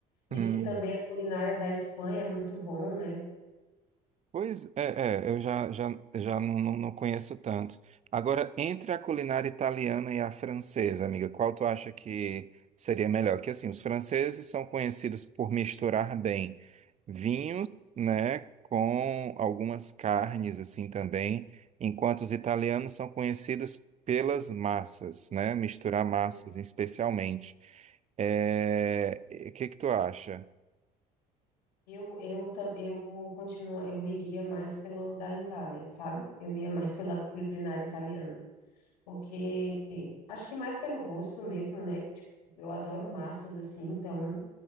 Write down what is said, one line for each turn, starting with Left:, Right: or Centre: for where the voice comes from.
Left: Diz
Right: Hum.
Left: que também a culinária da Espanha é muito bom, né?
Right: Pois é, é, eu já, já, já não, não, não conheço tanto. Agora, entre a culinária italiana e a francesa, amiga, qual tu acha que seria melhor? Que assim, os franceses são conhecidos por misturar bem vinhos, né, com algumas carnes assim também, enquanto os italianos são conhecidos pelas massas, né, misturar massas
Left: Uhum.
Right: especialmente. É, e o que que tu acha?
Left: Eu, eu, ta- eu continuo, eu iria mais pelo da Itália, sabe? Eu ia mais pela culinária italiana, porque acho que mais pelo gosto mesmo, né? Tipo, eu adoro massas assim, então